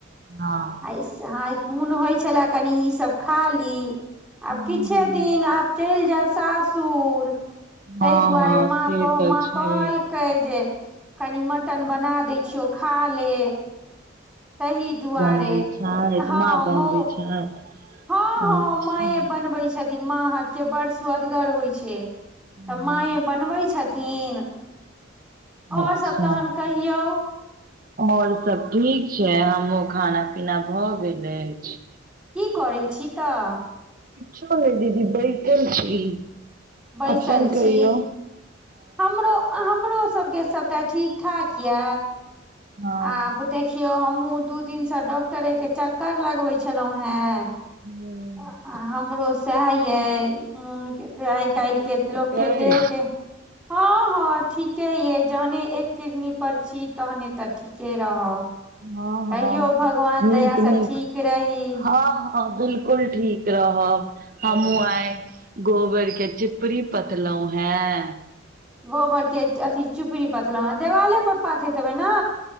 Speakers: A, on the right; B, in the centre.
A: हँ
B: आई मन होइ छले कनी ई सब खा ली आब किछे
A: हूं हूं।
B: दिन आब चेल जायब सासुर ताहि
A: हँ
B: दुआरे
A: हँ
B: माँ
A: से
B: कहलके
A: तऽ
B: माँ
A: छै।
B: कहलकै जे कनि मटन बना दै छियो खा ले तहि दुआरे
A: गोइ छारैत
B: हँ
A: माँ बनबै
B: मौ
A: छथि
B: हँ हँ
A: अच्छा
B: माँए
A: <unintelligible>
B: बनबै छथिन माँ हाथ के बड़ सुअदगर होइ छै
A: हम्म,
B: तऽ माय बनबै छथिन आओर
A: अच्छा
B: सब तहन कहियौ
A: आओर सब ठीक छै हमहुँ खाना पीना भए गेल अछि
B: की करै छी तऽ
A: किछो नहि दीदी बैसल छी
B: बैसल
A: अपन
B: छी
A: कहियौ
B: हमरो हमरो सबके सबटा ठीक ठाक ये
A: हँ
B: आब देख देखियौ हमहु दू दिन से डॉक्टरे के चक्कर लगबे छलौ हें
A: हू
B: आ
A: <inaudible>
B: हमरो सएह ये मोनके आइकइल
A: मोन
B: के
A: ठीक
B: लोक
A: अछि
B: देह है के हँ हँ ठीक ठीके ये जहने एक किरनी पर छी तहने तऽ ठीके रहब
A: हँ
B: कहियो
A: हँ
B: भगवान
A: नीक
B: दया
A: नीक
B: से ठीक रही
A: हँ हँ बिलकुल ठीक रहब हमहुँ आय गोबर के चिपरी पतलो हैं
B: गोबर के अथी चुपड़ी पथलहु ह देवाले पर पाथेतेबे ने